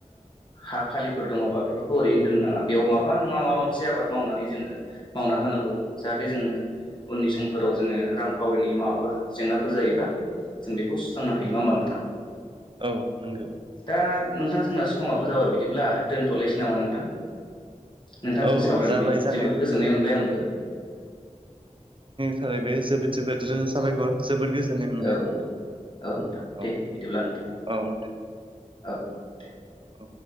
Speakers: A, on the left (about 35°); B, on the right (about 40°).
A: हा खालिफोर दङबा बेफोरखौ ओरैनो दोननो नाङा बेयाव माबा नङा माबा मोनसे आबाद मावनानै जोङो मावना होनांगौ। जाहाथे जोङो उननि समफोराव जोङो रांखावरिनि माबाफोर जेंनाफोर जायोबा जों बेखौ सुस्रांना हायो नङा होनबा नोंथां?
B: औ नंगौ
A: दा नोंथां जोंना समाबो जाबाय बिदिब्ला दोनथ'लायसै नामा नोंथां? नोंथांजों
B: औ
A: सावरायनानै
B: जाबाय जानायाथ'
A: जोबोद गोजोननाय मोनबाय आंबो।
B: ओ बे जोबोद जोबोद रोजा साबायखर जोबोद गोजोननाय मोनबाय।
A: औ नोंथां औ नोंथां
B: औ
A: दे बिदिब्ला नोंथां
B: औ दे
A: औ औ दे।
B: औ